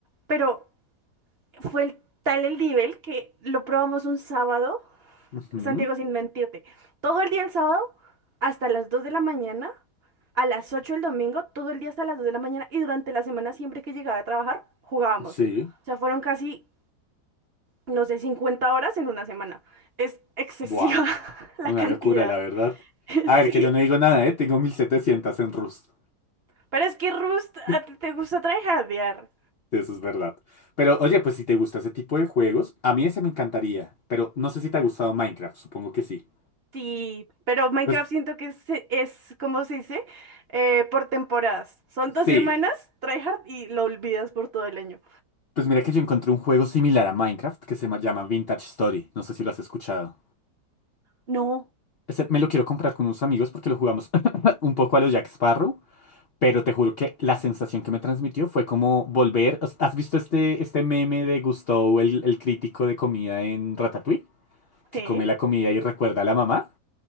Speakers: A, on the right; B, on the left.
A: Pero fue el, tal el nivel que lo probamos un sábado,
B: ujú.
A: Santiago, sin mentirte, todo el día el sábado hasta las 2 de la mañana, a las 8 el domingo, todo el día hasta las 2 de la mañana y durante la semana siempre que llegaba a trabajar jugábamos.
B: Sí.
A: O sea, fueron casi, no sé, 50 horas en una semana. Es excesiva
B: Buah,
A: <laughs> la
B: una
A: cantidad.
B: locura, la verdad.
A: <laughs>
B: A ver,
A: Sí.
B: que yo no digo nada, ¿eh? Tengo 1700 en Rust.
A: Pero es que Rust, a
B: <laughs>
A: ti te gusta tryhardear.
B: Eso es verdad. Pero oye, pues si te gusta ese tipo de juegos, a mí ese me encantaría. Pero no sé si te ha gustado Minecraft, supongo que sí.
A: Sí, pero Minecraft
B: Pues
A: siento que es, es ¿cómo se dice? Eh, por temporadas. Son dos
B: sí,
A: semanas, tryhard, y lo olvidas por todo el año.
B: Pues mira que yo encontré un juego similar a Minecraft que se ma- llama Vintage Story. No sé si lo has escuchado.
A: No.
B: Ese me lo quiero comprar con unos amigos porque lo jugamos <laughs> un poco a los Jack Sparrow, pero te juro que la sensación que me transmitió fue como volver. ¿Has has visto este, este meme de Gusteau, el, el crítico de comida en Ratatouille? Que
A: Sí,
B: come la comida y recuerda a la mamá.